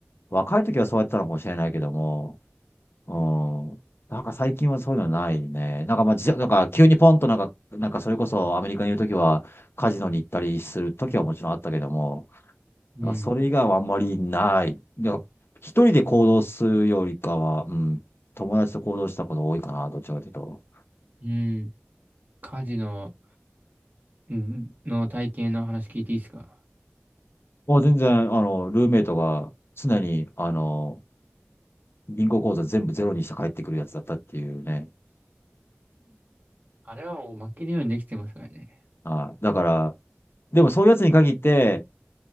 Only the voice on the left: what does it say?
う、若い時はそうやってたのかもしれないけども、うん。なんか最近はそういうのないね。なんかまあ、じ、なんか急にポンとなんか、なんかそれこそアメリカにいる時はカジノに行ったりする時はもちろんあったけども、
だからそれ以外はあんまりない。だから一人で行動するよりかは、うん、友達と行動したことが多いかな、どっちかというと。
もう全然、あの、ルーメイトが常に、あの、銀行口座全部ゼロにして帰ってくるやつだったっていうね。
あ、だから、でもそういうやつに限って、